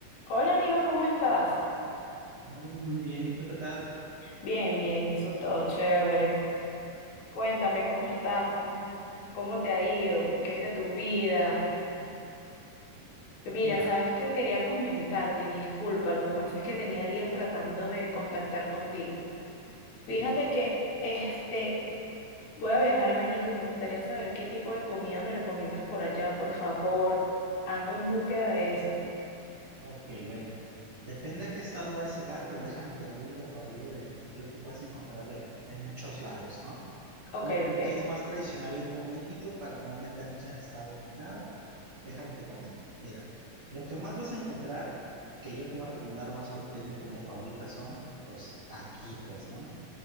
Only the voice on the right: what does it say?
Muy, muy bien. ¿Y tú qué tal?
Mira,
sí.
Ok, bueno. Depende a qué estado vas a llegar, pero déjame te doy un recorrido de lo que puedes encontrar en, en muchos lados, ¿no? O
lo
que es más tradicional en todo México, para no meternos en estados ni nada, déjame te comento. Mira, lo que más vas a encontrar, que yo te voy a recomendar más porque es mi comida favorita, son los taquitos, ¿no?